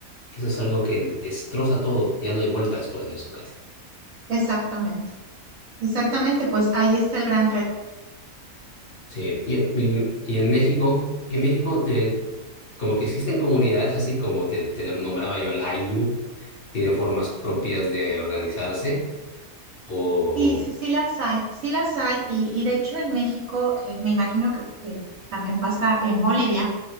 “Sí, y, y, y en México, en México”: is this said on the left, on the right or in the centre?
Left